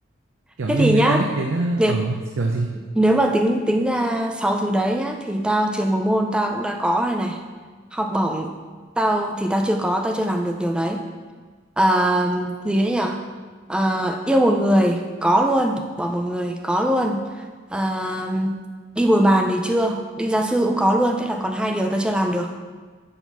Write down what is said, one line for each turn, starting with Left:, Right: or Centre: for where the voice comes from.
Right: Kiểu
Centre: Thế
Right: như
Centre: thì
Right: người
Centre: nhá,
Right: ta nhắc đến ờ
Centre: nếu,
Right: ờ, kiểu gì?
Centre: nếu mà tính tính ra 6 thứ đấy nhá thì tao trượt một môn tao cũng đã có rồi này. Học bổng tao thì tao chưa có, tao chưa làm được điều đấy. À, gì đấy nhỉ? À, yêu một người có luôn, bỏ một người có luôn. À, đi bồi bàn thì chưa, đi gia sư cũng có luôn, thế là còn hai điều tao chưa làm được.